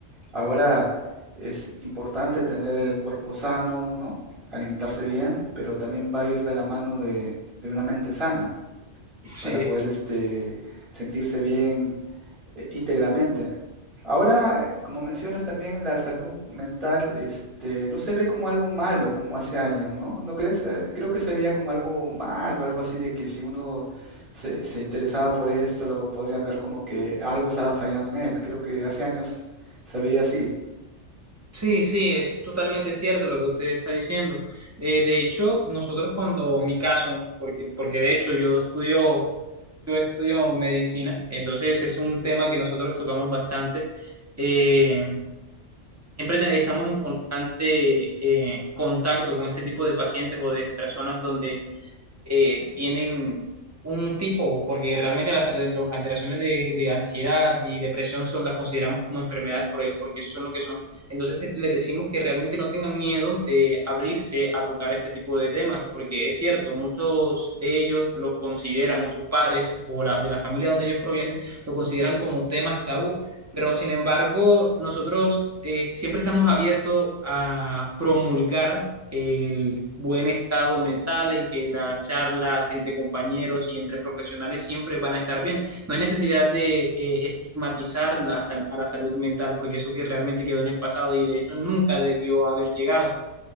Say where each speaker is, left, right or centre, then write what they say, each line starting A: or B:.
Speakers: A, on the right; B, on the right.
A: Ahora es importante tener el cuerpo sano, ¿no? Alimentarse bien, pero también va a ir de la mano de, de una mente sana para
B: Sí,
A: poder este, sentirse bien eh, íntegramente. Ahora, como mencionas también, la salud mental, este, no se ve como algo malo como hace años, ¿no? ¿No crees? Eh, Creo que se veía como algo malo, algo así de que si uno se, se interesaba por esto, lo podrían ver como que algo estaba fallando en él. Creo que hace años se veía así.
B: Sí, sí, es totalmente cierto lo que usted está diciendo. Eh, de hecho, nosotros cuando, mi caso, porque, porque de hecho yo estudio, yo estudio medicina, entonces es un tema que nosotros tocamos bastante. Eh, siempre ten- estamos en constante eh, contacto con este tipo de pacientes o de personas donde eh, tienen un tipo, porque realmente las, las alteraciones de, de ansiedad y depresión son, las consideramos como enfermedades por- porque eso son lo que son. Entonces eh, les decimos que realmente no tengan miedo de abrirse a tocar este tipo de temas, porque es cierto, muchos de ellos los consideran, o sus padres, o la, de la familia donde ellos provienen, lo consideran como temas tabú pero sin embargo nosotros eh, siempre estamos abiertos a promulgar el buen estado mental, en que las charlas entre compañeros y entre profesionales siempre van a estar bien. No hay necesidad de eh, estigmatizar la, sal- a la salud mental, porque eso que realmente quedó en el pasado y de hecho nunca debió haber llegado